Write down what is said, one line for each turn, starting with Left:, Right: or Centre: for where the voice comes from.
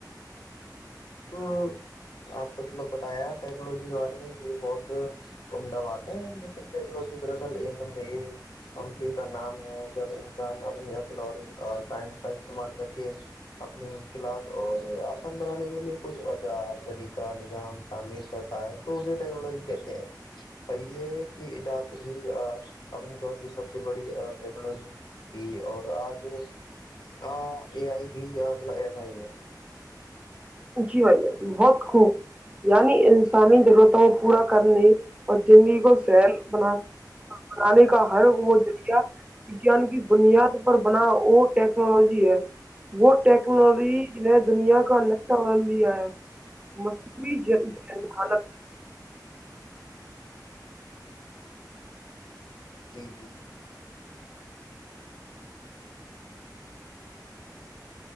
Left: تو آپ کوطلب بتایا ٹیکنالوجی کے بارے میں یہ بہت عمدہ بات ہے لیکن ٹیکنالوجی درصل ام اے عملی کا نام ہے جب انسان اپنی عقل اور سائنس کا استعمال کر کے اپنی مشکلات اور بنانے کے لیے کوئی اوجار طریقہ نظام تعمیر کرتا ہے تو اسے ٹیکنالوجی کہتے ہیں پیے کہ ایجاد اپنے دور کی سب سے بڑی ٹیکنالوجی تھی اور آج کا اے آئی بھی مطلب ایسا ہی ہے
Right: جی بائی جائے بہت خوب یعنی آسانی ضرورتوں کو پورا کرنے اور زندگی کو سیل بنا بنانے کا ہر وہ ذریعہ وگان کی بنیاد پر بنا وہ ٹیکنالوجی ہے وہ ٹیکنالوجی دنیا کا سو بھی ہے مسی حالت
Left: جی جی